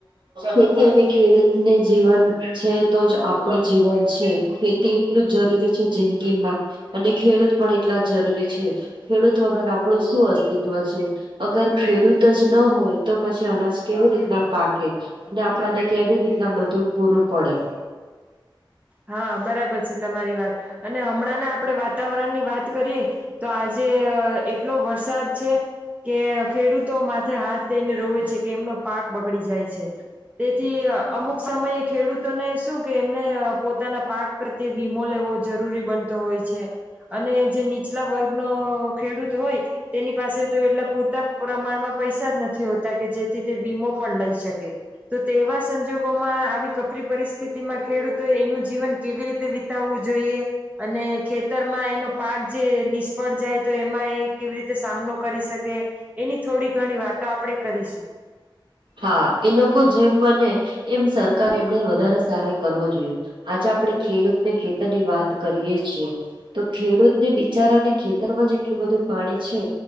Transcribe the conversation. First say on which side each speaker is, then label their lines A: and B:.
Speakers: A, on the right; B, on the right.
A: ખેતી અને ખેડૂતને જીવન છે, તો જ આપડું જીવન છે. ખેતી એટલું જરૂરી છે, જિંદગીમાં અને ખેડૂત પણ એટલા જરૂરી છે. ખેડૂત વગર આપડુ શું અસ્તિત્વ છે, અગર ખેડૂત જ ન હોય તો પછી અનાજ કેવી રીતના પાકે અને આપડાને કેવી રીતના બધું પૂરું પડે.
B: હઅ, બરાબર છે તમારી વાત. અને હમણાંના આપડે વાત તાવરણની વાત કરીએ તો આજે એટલો વરસાદ છે કે ખેડૂતો માથે હાથ દઈને રોવે છે કે એમનો પાક બગડી જાય છે. તેથી અમુક સમયે ખેડૂતોને શું કે એમને અ પોતાના પાક પ્રત્યે વીમો લેવો જરૂરી બનતો હોય છે અને જે નીચલા વર્ગનો ખેડૂત હોય તેની પાસે તો એટલા પૂરતા પ્રમાણમાં પૈસા જ નથી હોતા કે જેથી તે વીમો પણ લઈ શકે. તો તેવા સંજોગો ઓમાં આવી કપરી પરિસ્થિતિમાં ખેડૂતોએ એનું જીવન કેવી રીતે વિ તાવુ જોઈએ અને ખેતરમાં એનો પાક જે નિષ્ફળ જાય તો એ માંએ કેવી રીતે સામનો કરી શકે એની થોડી ઘણી વાતો આપડે કરીશું.
A: હા, એ લોકો જેમ બને એમ સરકારે એમને વધારે સહાય કરવો જોઈએ. આજે આપડે ખેડૂતને ખેતરની વાત કરીએ છીએ તો ખેડૂતને બિચારાને ખેતરમાં જેટલું બધું પાણી છે